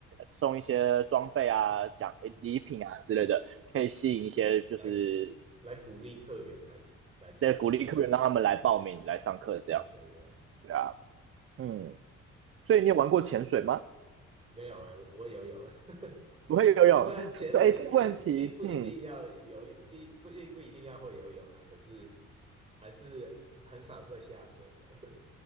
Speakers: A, on the right (about 45°); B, on the right (about 20°).
A: 送一些装备啊、奖礼品啊之类的，
B: 嗯，嗯
A: 可以吸引一些就是
B: 来来鼓励客源来来加入这样子，
A: 对鼓励客人让他们来报名来上课这样。
B: 对对对，
A: 啊，嗯，所以你有玩过潜水吗？
B: 没有哎、我不会游泳。<laughs>
A: 不会游泳，
B: 虽然潜水先并不一定要游，
A: <laughs> 这哎这个问题，嗯，
B: 并不并不一定要会游泳啊，可是还是很少会下水的，